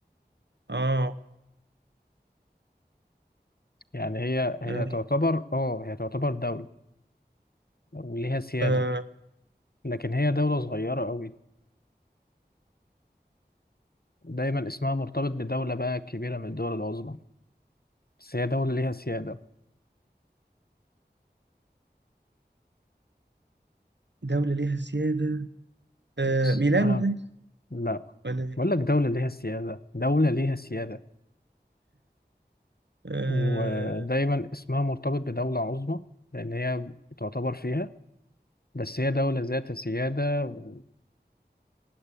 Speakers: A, on the right; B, on the left.
A: آه
B: يعني هي هي
A: آه،
B: تعتبر آه هي تعتبر دولة وليها سيادة
A: آه،
B: لكن هي دولة صغيرة أوي دايما اسمها مرتبط بدولة بقى كبيرة من الدول العظمى بس هي دولة ليها سيادة
A: دولة ليها سيادة آه،
B: اسمها
A: ميلانو طيب
B: لا
A: ولا مين؟
B: بقول لك دولة ليها سيادة دولة ليها سيادة
A: آه،
B: ودايما اسمها مرتبط بدولة عظمى لأن هي تعتبر فيها بس هي دولة ذات سيادة و...